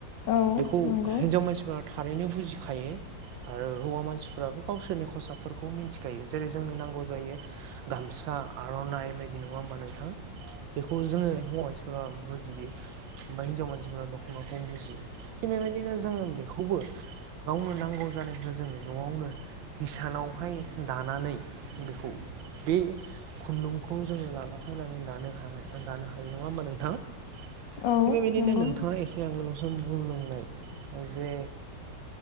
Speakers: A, on the left (about 75°); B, on the right (about 80°).
A: औ
B: बेखौ
A: नंगौ
B: हिन्जाव मानसिफ्रा थारैनो बुजिखायो आरो हौवा मानसिफोराबो गावसोरनि खसाबफोरखौ मिथिखायो जेरै जोंनो नांगौ जायो गामसा आर'नाइ बायदि नङा होमबा नोंथां बेखौ जोङो हौवा मानसिफोरा बुजियो बा हिनजाव मानसिफोरा दख' नखौम बुजियो थिग बेबायदिनो जों बेखौबो गावनो नांगौ जानायखौ जोङो न'आवनो इसानावहाय दानानै बेखौ बे खुन्दुंखौ जोङो लानाफैनानै दानो हानाय दानो हायो नङा होमबा नोंथां
A: औ
B: थिग बेबादिनो
A: नंगौ
B: नोंथाङा एसे आगोलावसो बुंलांनाय जे